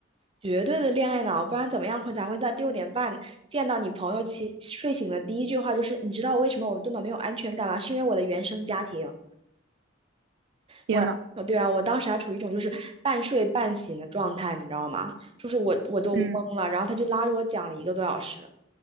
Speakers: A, on the right; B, on the right.
A: 绝对的恋爱脑，不然怎么样会才会在六点半见到你朋友起睡醒的第一句话就是你知道我为什么我这么没有安全感吗？是因为我的原生家庭。
B: 天呐！
A: 我，呃对啊，我当时还处于一种就是半睡半醒的状态，你知道吗？就是我我都懵了，
B: 嗯，
A: 然后他就拉着我讲了一个多小时，